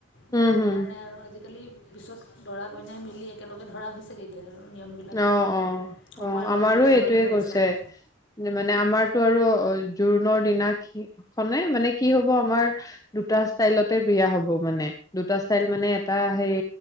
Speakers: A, on the left; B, on the left.
A: ত',
B: উম,
A: সেইটো
B: হুম,
A: কাৰণে আৰু আজিকা, পিছত দৰা-কইনাই মিলি একেলগে ধৰা হৈছেগে, এতিয়া আৰু, নিয়মবিলাক
B: অ', -অ', -
A: সময়ৰ
B: অ',
A: লগে
B: আমাৰো
A: লগে সলনি
B: এইটোয়ে
A: হৈ
B: কৰিছে,
A: গৈছে আৰু
B: মানে আমাৰতো আৰু এই, জোৰোনৰ দিনা খি-খনে, মানে কি হ'ব আমাৰ দুটা ষ্টাইলতে বিয়া হ'ব মানে, দুটা ষ্টাইল মানে এটা সেই